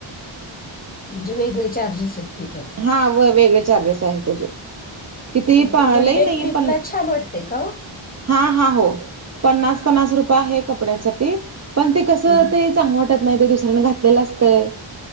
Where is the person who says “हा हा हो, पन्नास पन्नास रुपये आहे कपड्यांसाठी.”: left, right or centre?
Right